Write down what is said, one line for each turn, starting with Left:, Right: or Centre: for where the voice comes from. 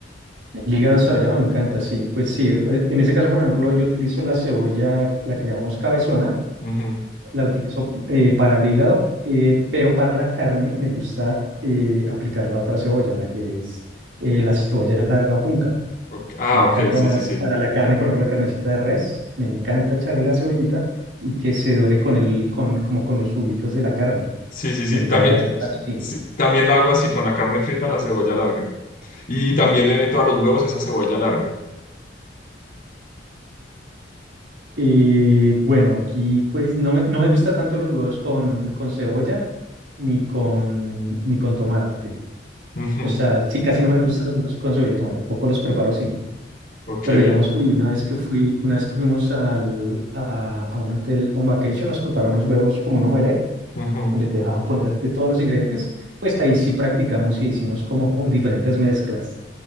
Right: el hígado ensallado me encanta, sí. Pues sí, eh, en ese caso, por ejemplo, yo utilizo la cebolla, la que llamamos cabezona.
Left: Ujú.
Right: La utilizo eh, para el hígado, eh, pero para la carne me gusta eh, aplicar la otra cebolla, la que es eh, la cebolla larga o junca.
Left: Ok. Ah,
Right: Me encanta
Left: ok, sí,
Right: más
Left: sí, sí.
Right: para la carne, por ejemplo, la carnecita de res, me encanta echarle la cebollita y que se dore con el, con, como con los juguitos de la carne.
Left: Sí, sí, sí.
Right: Me encanta
Left: También,
Right: hacerla así.
Left: sí, también la hago así con la carne frita, la cebolla larga. Y también le meto a los huevos esa cebolla larga.
Right: Eh, bueno, aquí pues no me, no me gusta tanto los huevos con, con cebolla ni con, ni con tomate.
Left: Ujú.
Right: O sea, sí, casi no me gustan los huevos con cebolla y tomate, poco los preparo así.
Left: Ok,
Right: Pero digamos, fui una vez que fui, una vez que fuimos al, a, a un hotel on vacation, nos prepararon unos huevos como un omelette,
Left: ujú.
Right: donde te dejaban poner de todos los ingredientes. Pues ahí sí practicamos y hicimos como <laughs> diferentes mezclas.